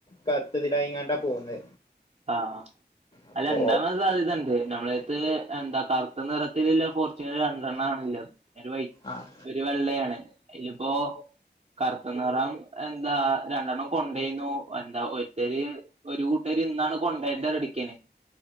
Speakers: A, on the left (about 30°); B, on the right (about 40°).
A: കറുത്തതിലായിങ്ങാണ്ടാ പോകുന്നത്
B: ആഹ്
A: അപ്പോ
B: അതൊണ്ടാവാൻ സാധ്യതുണ്ട് നമ്മളത്ത് എന്താ കറുത്ത നിറത്തിലുല്ല ഫോർച്യുണർ രണ്ടെണ്ണ ആണല്ലത് ഒരു വൈ
A: ആഹ്
B: ഒരു വെള്ളയാണ് അതിലിപ്പോ കറുത്ത നിറം എന്താ രണ്ടെണ്ണം കൊണ്ടോയിന്നു എന്താ ഒരുത്തര് ഒരു കൂട്ട ഇന്നാണ് കൊണ്ടോണ്ട <unintelligible>